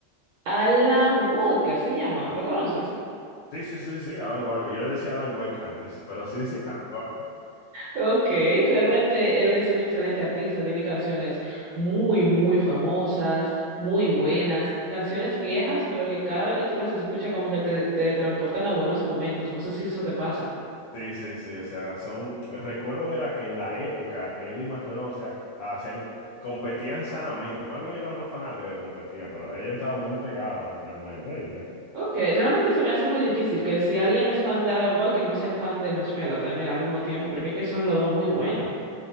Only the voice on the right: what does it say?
Alan Walker, se llama. ¿Lo conoces?
Ok, realmente él es un excelente artista, tiene canciones muy, muy famosas, muy buenas, canciones viejas, pero que cada vez que tú las escuchas como que te, te transportan a buenos momentos, no sé si eso te pasa.
Ok, realmente se me hace muy difícil que si alguien es fan de Alan Walker no sea fan de Marshmello también al mismo tiempo, porque es que son los dos muy buenos.